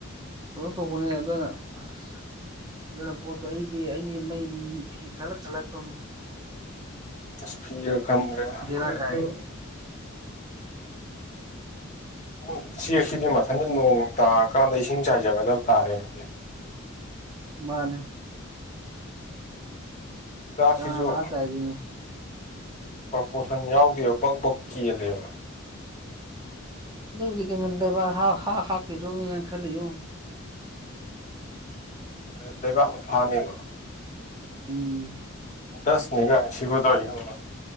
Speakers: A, on the right; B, on the left.
A: ꯑꯗꯨ ꯇꯧꯕꯅꯦ ꯑꯗꯨꯅ ꯑꯁ ꯑꯗꯨꯅ ꯄꯣꯠꯇꯣ ꯑꯩꯗꯤ ꯑꯩꯗꯤ ꯃꯩ ꯐꯤ ꯈꯜꯂ ꯈꯜꯂ ꯇꯨꯝꯃꯤ
B: ꯑꯁ ꯐꯤꯒꯥꯡ ꯈꯟꯗ꯭ꯔꯦꯗ <unintelligible>
A: ꯕꯦꯔꯥ ꯀꯥꯏ
B: <unintelligible> ꯎꯆꯦꯛꯁꯤꯗꯤ ꯃꯊꯟꯇ ꯅꯣꯡ ꯇꯥꯔꯀꯥꯟꯗ ꯏꯁꯤꯡ ꯆꯥꯏꯖꯒꯗꯕ ꯇꯥꯔꯦꯟ ꯁꯤꯗꯤ <inaudible>
A: ꯃꯥꯅꯦ
B: ꯍꯤꯗꯥꯛꯁꯤꯁꯨ
A: ꯀꯥꯅ ꯂꯥꯛꯑ ꯆꯥꯢꯗꯣꯢꯅꯣ
B: ꯄ꯭ꯔꯄꯣꯔꯁꯟ ꯌꯥꯎꯗꯦꯕ ꯕꯛ ꯕꯛ ꯀꯦꯜꯂꯦꯕ
A: ꯑꯗꯨꯕꯨꯗꯤ ꯀꯩꯝ ꯈꯟꯅꯨ ꯂꯩꯕꯥꯛ ꯍꯥꯞ ꯍꯥꯞ ꯍꯥꯞꯈꯔꯗꯣꯅꯤꯅ <unintelligible>
B: ꯑ ꯂꯩꯕꯥꯛꯅ ꯐꯥꯅꯦꯕ
A: ꯎꯝ
B: ꯗꯁꯅꯤꯒꯥꯏꯅ ꯁꯤꯕꯨ <unintelligible>